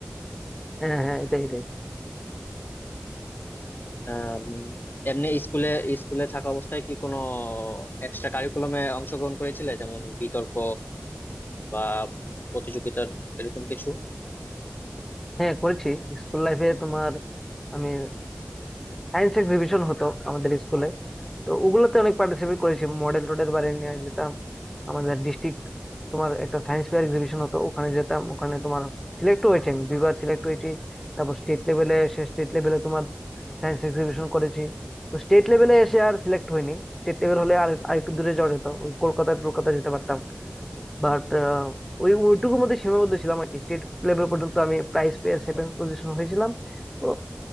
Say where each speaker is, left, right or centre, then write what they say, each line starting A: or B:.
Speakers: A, in the centre; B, on the left (about 55°).
A: হ্যাঁ হ্যাঁ এটাই এটাই
B: আম, এমনি স্কুলে স্কুলে থাকা অবস্থায় কি কোনো এক্সট্রা কারিকুলামে অংশগ্রহণ করেছিলে যেমন বিতর্ক বা প্রতিযোগিতার এরকম কিছু
A: হ্যাঁ করেছি স্কুল লাইফে তোমার আমি সায়েন্স এক্সিবিশন হতো আমাদের স্কুলে তো ওগুলোতে অনেক পার্টিসিপেট করেছি মডেল টোডেল বারে নিয়ে যেতাম আমাদের ডিস্ট্রিক্ট তোমার একটা সায়েন্স ফেয়ার এক্সিবিশন হতো ওখানে যেতাম ওখানে তোমার সিলেক্ট হয়েছে আমি দুইবার সিলেক্ট হয়েছি তারপর স্টেট লেভেলে এসে স্টেট লেভেলে তোমার সায়েন্স এক্সিবিশন করেছি তো স্টেট লেভেলে এসে আর সিলেক্ট হয়নি স্টেট লেভেল হলে আর আরেকটু দূরে যাওয়া যেত ওই কলকাতায় কলকাতা যেতে পারতাম বাট ওই ওইটুকুর মধ্যে সীমাবদ্ধ ছিলাম আর কি স্টেট লেভেল পর্যন্ত আমি প্রাইজ পেয়ে সেভেন পজিশন হয়েছিলাম তো